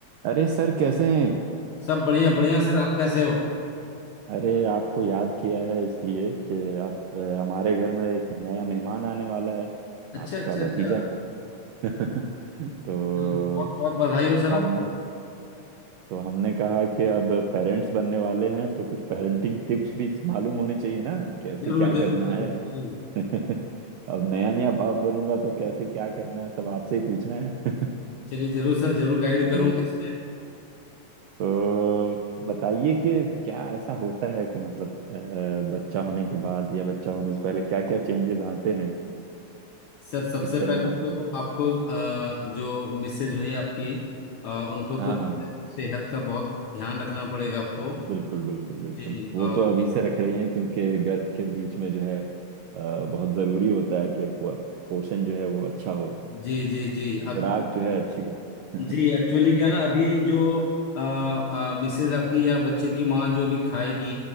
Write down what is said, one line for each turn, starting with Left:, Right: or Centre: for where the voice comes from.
Right: अरे सर कैसे हैं
Left: सब बढ़िया बढ़िया सर आप कैसे हो
Right: अरे आपको याद किया है इसलिए कि अब अ, हमारे घर में एक नया मेहमान आने वाला है
Left: अच्छा
Right: आपका
Left: अच्छा अच्छा
Right: भतीजा <laughs> तो
Left: चलो बहुत बहुत बधाई हो सर
Right: हमने
Left: आपको
Right: तो हमने कहा कि अब पेरेंट्स बनने वाले हैं तो कुछ पेरेंटिंग टिप्स भी मालूम होनी चाहिए ना कैसे
Left: जरूर
Right: क्या
Left: जरूर
Right: करना
Left: जरूर
Right: है <laughs>
Left: जरूर
Right: अब नया नया बाप बनूंगा तो कैसे क्या करना है सब आपसे ही पूछना है <laughs>
Left: चलिए जरूर सर जरूर गाइड
Right: तो
Left: करूंगा इसमें
Right: तो बताइए कि क्या ऐसा होता है कि मतलब अ, बच्चा होने के बाद या बच्चा होने से पहले क्या क्या चेंजेस आते हैं
Left: सर सबसे
Right: किस तरह
Left: पहले
Right: का
Left: तो
Right: मतलब
Left: आपको अ, जो मिसेज हुई आपकी अ, उनको तो
Right: हाँ हाँ हाँ,
Left: सेहत का बहुत ध्यान रखना पड़ेगा आपको
Right: बिल्कुल बिल्कुल बिल्कुल
Left: जी
Right: वो
Left: अ,
Right: तो अभी से रख रही हैं क्योंकि गर्भ के बीच में जो है अ, बहुत ज़रूरी होता है कि पो, पोषण जो है वो अच्छा हो
Left: जी जी जी अब
Right: खुराक जो है अच्छी हो <laughs>
Left: जी एक्चुअली क्या ना अभी जो आ, मिसेज आपकी या बच्चे की माँ जो भी खाएगी